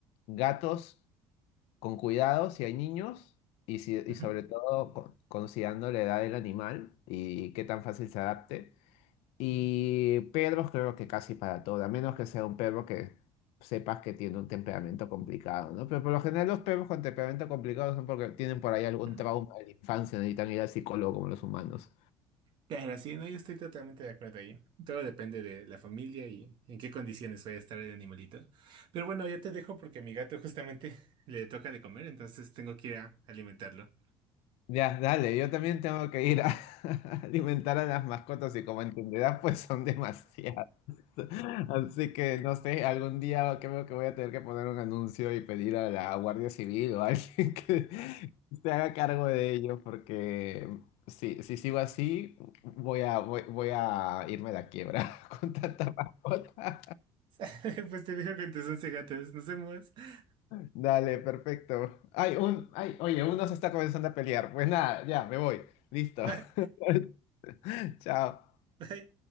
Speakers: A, on the left (about 75°); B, on the right (about 50°).
A: gatos con cuidado si hay niños y, si- y
B: ujú,
A: sobre todo con- considerando la edad del animal y qué tan fácil se adapte. Y perros creo que casi para todo, a menos que sea un perro que sepas que tiene un temperamento complicado, ¿no? Pero por lo general los perros con temperamento complicado son porque tienen por ahí algún
B: ujú.
A: trauma de la infancia, necesitan ir al psicólogo como los humanos.
B: Claro, sí, no, yo estoy totalmente de acuerdo ahí. Todo depende de la familia y en qué condiciones vaya a estar el animalito. Pero bueno, ya te dejo porque a mi gato justamente <laughs> le toca de comer, entonces tengo que ir a alimentarlo.
A: Ya, dale, yo también tengo que ir a <laughs> alimentar a las mascotas y como entenderás, pues son demasiadas. Así que no sé, algún día creo que voy a tener que poner un anuncio y pedir a la Guardia Civil o <laughs> a alguien que se haga cargo de ello, porque si, si sigo así, voy a, voy, voy a irme a la quiebra <laughs> con tanta mascota.
B: <laughs> Pues te dejo con tus once gatos. Nos vemos. <laughs>
A: Dale, perfecto. Ay, un, ay, oye, uno se está comenzando a pelear. Pues nada, ya, me voy. Listo.
B: Bye,
A: <laughs> Chao.
B: bye.